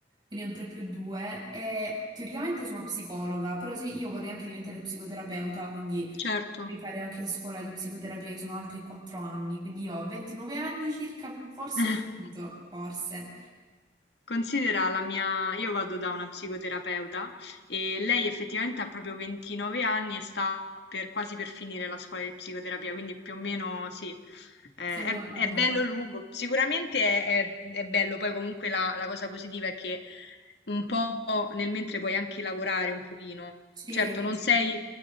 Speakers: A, on the right; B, on the left.
A: quindi è un 3 più 2. E teoricamente sono psicologa, però sì, io vorrei anche diventare psicoterapeuta, quindi
B: certo.
A: devi fare anche scuola di psicoterapia, che sono altri 4 anni. Quindi io ho 29 anni circa, forse
B: <laughs>
A: ho finito, forse.
B: Considera la mia, io vado da una psicoterapeuta e lei effettivamente ha proprio 29 anni e sta per, quasi per finire la scuola di psicoterapia, quindi più o meno sì, eh,
A: Siamo...
B: è,
A: là,
B: è
A: là.
B: bello lungo. Sicuramente è, è- è bello, poi comunque la, la cosa positiva è che un po' nel mentre puoi anche lavorare un pochino.
A: Sì,
B: Certo, non sei
A: sì.